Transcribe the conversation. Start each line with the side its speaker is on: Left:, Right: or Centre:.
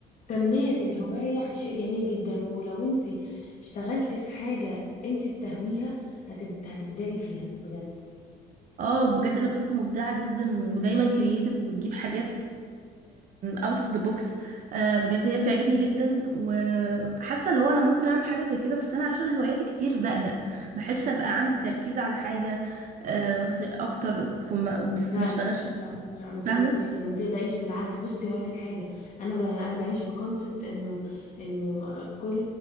Left: تنمية الهواية شيء جميل جدا ولو انتي اشتغلتي في حاجة انتي بتهويها هتب... هتبدعي فيها بجد
Right: اه بجد انا بشوفها مبدعه جدا ودايما كرييتيف وبتجيب حاجات اوت اوف ذا بوكس بجد هي بتعجبني جدا وحاسه اللي هو انا ممكن اعمل حاجه زي كده بس انا عشان هواياتي كتير بقلق بحس ابقى عندي تركيز على حاجه آه، غ- اكتر فما بس
Left: لا
Right: ما اشتغلش
Left: لا لا لا ما تعمليش
Right: فاهمه
Left: كده ما تقلقيش بالعكس بصي هقول لك حاجه انا ب... انا بعيش بكونسبت انه انه كل